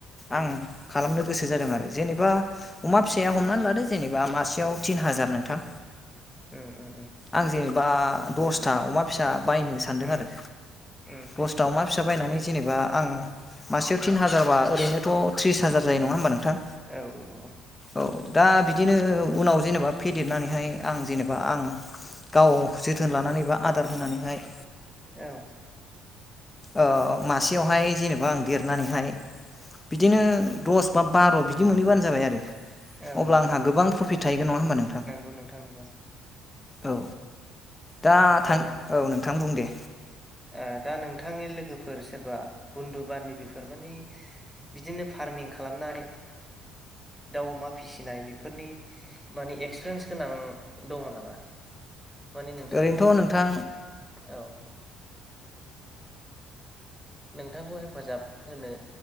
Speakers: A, on the left; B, in the centre.
A: आं खालामनो गोसो जादों आरो जेनेबा
B: औ
A: अमा फिसाया हमनान लादो जेनेबा मासेयाव तिन हाजार नोंथां
B: उम उम उम
A: आं जेनेब बा दसथा अमा फिसा बायनो सानदों
B: उम
A: आरो
B: उम
A: दस दाउमा फिसा बायनानै जेनेबा आं मासेयाव थिन हाजारबा ओरैनोथ' थ्रिस हाजार जायो नङा होमबा नोंथां
B: औ ओ ओ
A: औ दा बिदिनो उनाव जेनेबा फेदेरनानैहाय आं जेनेबा आं गाव जोथोन लानानै बा आदार होनानैहाय
B: औ
A: ओ मासेयावहाय जेनेब बा आं देरनानैहाय बिदिनो दस बा बार' बिदि मोनहैबानो जाबाय आरो
B: औ
A: अब्ला आंहा गोबां
B: औ
A: प्रफिट थाहैगोन नङा होमबा नोंथां
B: नंगौ नोंथां नंगौ
A: औ। दा थां
B: ओ
A: औ नोंथां बुं दे
B: ओ दा नोंथांनि लोगोफोर सोरबा बुन्दु बान्दिबिफोर मानि बिदिनो फार्मिं खालामनाय दाउ अमा फिसिनाय बेफोरनि माने एक्सपिरियेन्स गोनां दङ नामा मानि नोंथांखौ
A: ओरैनोथ'
B: मानि
A: नोंथां
B: औ नोंथांखौ हेफाजाब होनो